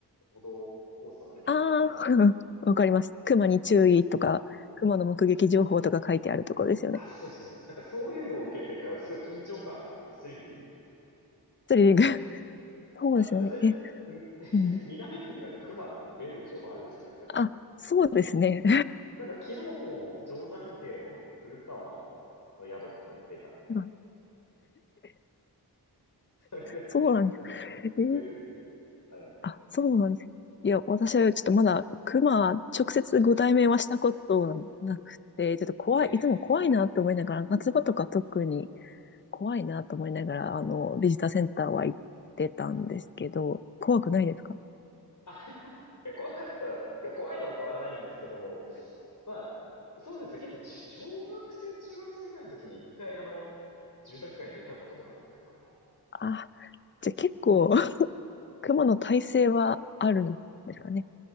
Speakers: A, on the left; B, on the left.
A: 歩道コースを歩けないみたいな。
B: ああ、<laughs> わかります。熊に注意とか、熊の目撃情報とか書いてあるところですよね。
A: あ、そうそうです。なんかそういうのを受けてからすごい緊張感があってスリリングあの、
B: スリリング。
A: あれでしたね。
B: <laughs> そうですよね。
A: あ、全然、
B: え、うん。
A: ん <laughs> 南区ってなんか熊出る情報あるじゃないですか。
B: あ、そうですね。
A: なんか昨日も定山渓の古川の宿とかで出たみたいな。
B: <laughs> うんはい <laughs>
A: それで、
B: そうなんです。
A: なんか全然出るんで、
B: えー
A: あれなんですけど。
B: あ、そうなんです。いや、私はちょっとまだ熊、直接ご対面はしたことなくて、ちょっと怖い、
A: ええ。
B: いつも怖いなと思いながら、夏場とか特に怖いなと思いながら、あの、ビジターセンターは行ってたんですけど、怖くないですか
A: ええあ、やばいや <laughs>、怖かった。怖いのは変わらないんですけど、まあ、そうですね。結構ち、小学生、中学生ぐらいの時に一回あの、住宅街に出たことがあって、熊が。
B: あ、じゃあ結構熊の耐性はあるんですかね。